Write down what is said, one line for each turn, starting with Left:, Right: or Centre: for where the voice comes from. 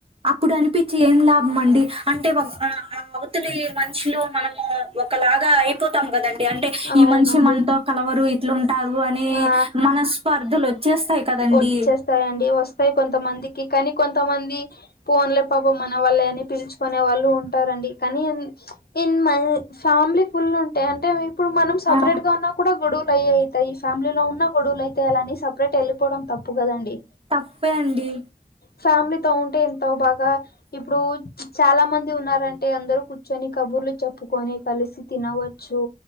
Right: అప్పుడు అనిపించి ఏం లాభం అండి అంటే ఒకసారి వ్యక్తులు మనుషులు మనము ఒకలాగా అయిపోతాం కదండి అంటే
Left: అవునండి
Right: ఈ మనిషి మనతో కలవరు ఇట్లుంటారు అని
Left: ఆ
Right: మన స్పర్ధలు వచ్చేస్తాయి కదండి
Left: వచ్చేస్తాయండి వస్తాయి కొంతమందికి కానీ కొంతమంది పోన్లే పాపం మన వాళ్ళే అని పిలుచుకునే వాళ్ళు ఉంటారండి కానీ ఇన్ మ ఫ్యామిలీ ఫుల్ ఉంటాయి అంటే ఇప్పుడు మనం సపరేట్
Right: ఆ
Left: గా ఉన్న కూడా గొడువలు అయే అయితాయి ఫ్యామిలీలో ఉన్న గొడువలు అయితాయి అలాని సపరేట్ వెళ్ళిపోవడం తప్పు కదండి
Right: తప్పే అండి
Left: ఫ్యామిలీతో ఉంటే ఎంతో బాగా ఇప్పుడు చాలా మంది ఉన్నారంటే అందరు కూర్చొని కబుర్లు చెప్పుకొని కలిసి తినవచ్చు